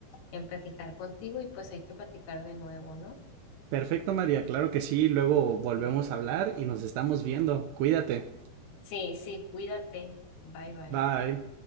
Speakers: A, on the left; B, on the right.
A: en platicar contigo y pues hay que platicar de nuevo, ¿no?
B: Perfecto, María, claro que sí. Luego volvemos
A: Sí.
B: a hablar y nos estamos viendo. Cuídate.
A: Sí, sí, cuídate. Bye, bye.
B: Bye.